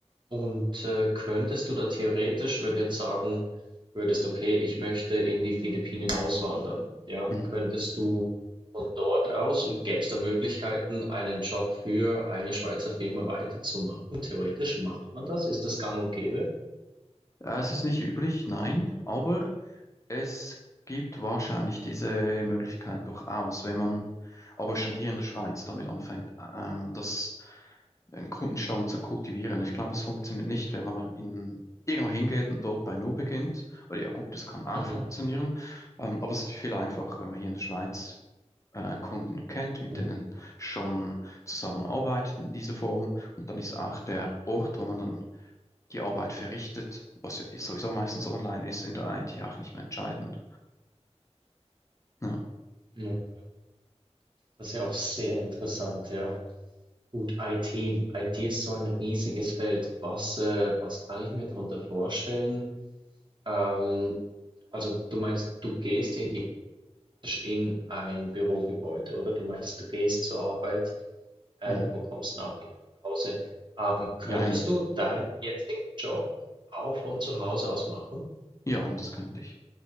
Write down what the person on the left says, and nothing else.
Mhm.
Äh, es ist nicht üblich, nein, aber Es gibt wahrscheinlich diese Möglichkeit durchaus, wenn man aber schon hier in der Schweiz damit anfängt, ähm, das einen Kundenstamm zu kultivieren. Ich glaube, es funktioniert nicht, wenn man noch in irgendwo hingeht und dort bei Null beginnt. Oder ja gut, das kann auch
funktionieren. Ähm, aber es ist natürlich viel einfacher, wenn man hier in der Schweiz äh, Kunden kennt, mit
denen schon zusammenarbeitet in dieser Form. Und dann ist auch der Ort, wo man dann die Arbeit verrichtet, was ja sowieso meistens online ist, in der IT auch nicht mehr entscheidend. Ja,
mhm.
Jein.
Ja, und das könnte ich.